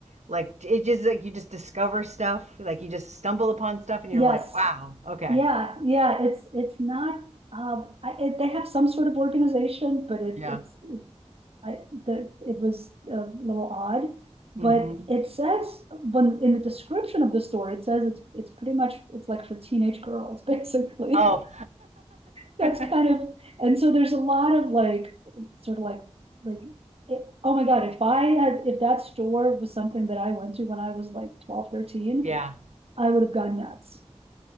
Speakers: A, on the right; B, on the right.
A: like it just like you just discover stuff, like you just stumble upon stuff and
B: Yes,
A: you're like, wow, okay.
B: yeah, yeah. It's it's not. Um, I, it, they have some sort of organization, but it
A: Yeah.
B: it's I the it was a little odd. But
A: Mm-hmm.
B: it says when in the description of the store, it says it's it's pretty much it's like for teenage girls, <laughs> basically.
A: Oh.
B: That's
A: <laughs>
B: kind of and so there's a lot of like sort of like like it, oh my God, if I had if that store was something that I went to when I was like twelve thirteen
A: Yeah.
B: I would have gone nuts